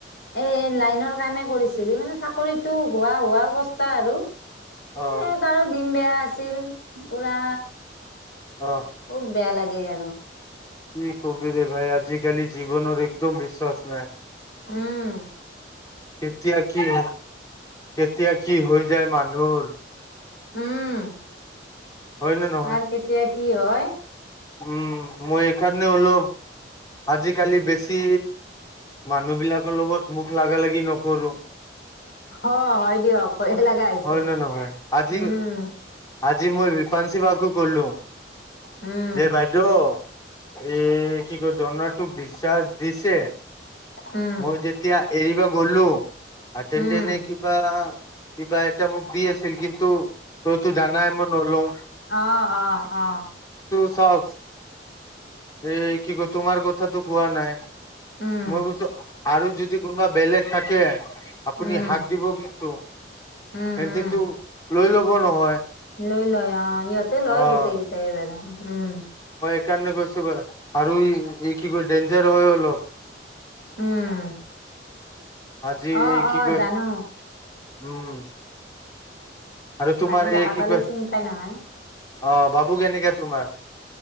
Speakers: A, on the left; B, on the left.
A: এ লাইনৰ কামে কৰিছিলি মানে চাকৰিটো হোৱা হোৱা অৱস্থা আৰু।
B: অহ
A: এ তাৰো দিন বেয়া আছিল পুৰা
B: অহ
A: বহুত বেয়া লাগে আৰু।
B: কি কবিৰে ভাই আজিকালি জীৱনৰ একদম বিশ্বাস নাই।
A: উম
B: এতিয়া কি এতিয়া কি হৈ যায় মানুহৰ।
A: উম,
B: হয় নে নহয়
A: কাৰ কেতিয়া কি হয়।
B: উম, মই এইকাৰণে হ'লো, আজিকালি বেছি মানুহ বিলাকৰ লগত মুখ লাগালাগি নকৰো।
A: অ', হয় দিয়ক ভয়ে লাগা হৈছে,
B: হয় নে নহয় আজি
A: উম,
B: আজি মই ৰিপানশি বাকো ক'লো,
A: উম
B: যে বাইদেউ এ কি কয় দৰনাটোক ডিছচাৰ্জ দিছে,
A: উম
B: মই তেতিয়া এৰিব গ'লো, <unintelligible>
A: উম
B: কিবা কিবা এটা মোক দি আছিল কিন্তু তইতো জানাই মই নলওঁ।
A: অ', অ', অ'।
B: চাওঁক, এই কি কয় তোমাৰ কথাটো কোৱা নাই।
A: উম
B: মই কৈছোঁ আৰু যদি কোনোবা বেলেগ থাকে আপুনি
A: উম
B: হাক দিব কিন্তু।
A: উম,
B: সেহতেতো
A: উম,
B: লৈ ল'ব নহয়।
A: লৈ লয় অ' ইহঁতে লয়
B: আহ
A: গোটেই কেইটাই বাৰু, উম।
B: সেইকাৰণে কৈছোঁ বা, আৰু এই কি কয় ডেঞ্জাৰ হৈ অলপ।
A: উম,
B: আজি
A: অ-
B: এই কি
A: অ,
B: কয়
A: জানো।
B: উম। আৰু তোমাৰ
A: মানুহ দেখা
B: এই কি
A: পালে
B: কয়
A: চিন পাই নহয়।
B: অ' ভাবু কেনেকা তোমাৰ?